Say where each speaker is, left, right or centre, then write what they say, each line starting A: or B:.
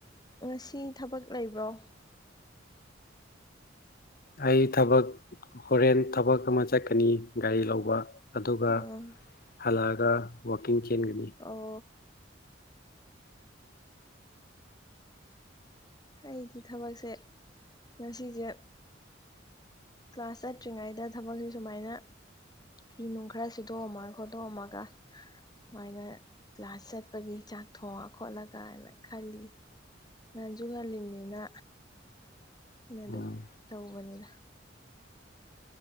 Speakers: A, on the left; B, on the left.
A: ꯉꯁꯤ ꯊꯕꯛ ꯂꯩꯕ꯭ꯔꯣ
B: ꯑꯩ ꯊꯕꯛ ꯍꯣꯔꯦꯟ ꯊꯕꯛ ꯑꯃ ꯆꯠꯀꯅꯤ ꯒꯥꯔꯤ ꯂꯧꯕ ꯑꯗꯨꯒ
A: ꯑꯥ
B: ꯑꯂꯛ ꯑꯒ ꯋꯥꯜꯀꯤ ꯏꯡ ꯆꯦꯟꯒꯅꯤ
A: ꯑꯣ ꯑꯩꯗꯤ ꯊꯕꯛꯁꯦ ꯉꯁꯤꯁꯦ ꯀ꯭ꯂꯥꯁ ꯆꯠꯇ꯭ꯔꯤꯉꯩꯗ ꯊꯕꯛꯁꯦ ꯁꯨꯃꯥꯏꯅ ꯐꯤ ꯅꯨꯡ ꯈꯔ ꯁꯤꯠꯇꯣꯛꯑꯝꯃꯒ ꯈꯣꯠꯇꯣꯛꯑꯝꯃꯒ ꯁꯨꯃꯥꯏꯅ ꯀ꯭ꯂꯥꯁ ꯆꯠꯄꯒꯤ ꯆꯥꯛ ꯊꯣꯡꯉ ꯈꯣꯠꯂꯒꯅ ꯈꯜꯂꯤ ꯉꯟꯁꯨ ꯉꯜꯂꯤꯕꯅꯤꯅ ꯑꯗꯨꯝ
B: ꯎꯝ
A: ꯇꯧꯕꯅꯤꯅ